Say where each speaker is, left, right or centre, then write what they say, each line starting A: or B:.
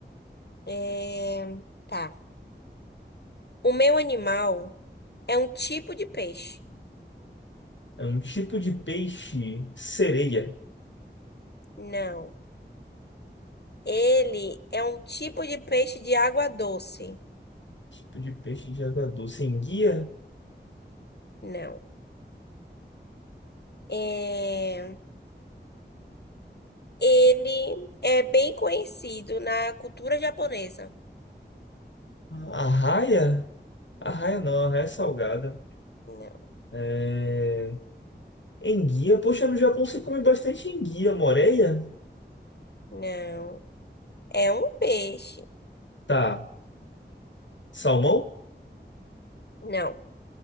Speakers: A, on the left (about 60°); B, on the left (about 80°).
A: É... Tá. O meu animal é um tipo de peixe.
B: É um tipo de peixe sereia.
A: Não. Ele é um tipo de peixe de água doce.
B: Tipo de peixe de água doce. Enguia?
A: Não. É... Ele é bem conhecido na cultura japonesa.
B: Arraia? Arraia não, arraia é salgada.
A: Não.
B: É... Enguia? Poxa, no Japão se come bastante enguia, moreia?
A: Não. É um peixe.
B: Tá. Salmão?
A: Não.